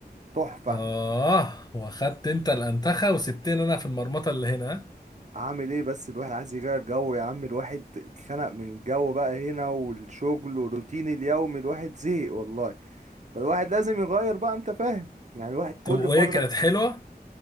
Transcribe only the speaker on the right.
تحفه
عامل ايه بس الواحد عايز يغير جو يا عم الواحد اتخنق من الجو بقى هنا والشغل والروتين اليومي الواحد زهق والله فالواحد لازم يغير بقى انت فاهم يعني الواحد كل
فتره